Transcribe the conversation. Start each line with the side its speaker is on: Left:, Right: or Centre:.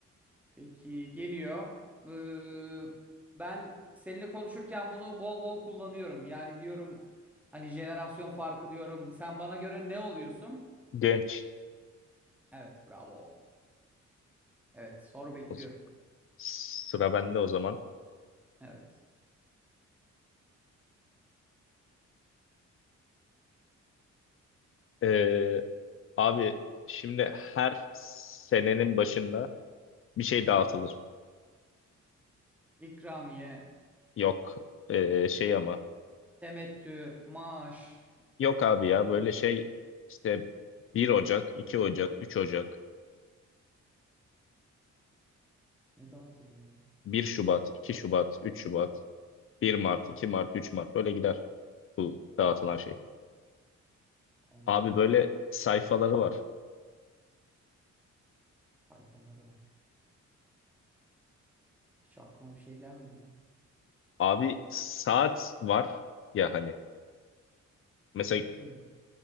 Centre: Peki geliyor. Ee, ben seninle konuşurken bunu bol bol kullanıyorum. Yani diyorum hani jenerasyon farkı diyorum. Sen bana göre ne oluyorsun?
Left: Genç.
Centre: Evet bravo. Evet soru bekliyorum.
Left: O z- Sıra bende o zaman.
Centre: Evet.
Left: Ee, abi şimdi her senenin başında bir şey dağıtılır.
Centre: İkramiye,
Left: Yok ee, şey ama.
Centre: temettü, maaş
Left: Yok abi ya
Centre: ne?
Left: böyle şey işte bir Ocak, 2 Ocak, 3 Ocak,
Centre: Ne dağıtılır ya?
Left: bir Şubat, iki Şubat, 3 Şubat, bir Mart, 2 Mart, 3 Mart böyle gider bu dağıtılan şey.
Centre: Allah
Left: Abi
Centre: Allah.
Left: böyle sayfaları var.
Centre: Sayfaları var. Hiç aklıma bir şey gelmedi ya.
Left: Abi saat var ya hani mesela
Centre: Hmm.